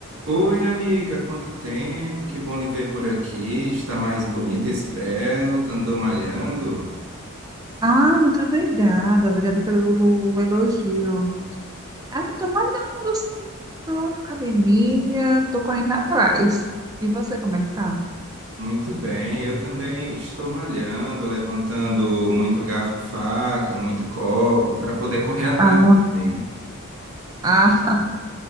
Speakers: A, on the right; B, on the right.
A: Oi, amiga, quanto tempo? Que bom lhe ver por aqui. Está mais bonita, esbelta, andou malhando?
B: Ah, muito obrigada. Obrigada pelo elogio. Ah, eu tô malhando, sim. Tô na academia, tô correndo atrás. E você, como é que tá?
A: Muito bem, eu também estou malhando, levantando muito garfo e faca, muito copo, para poder correr atrás
B: Ah,
A: também
B: ah,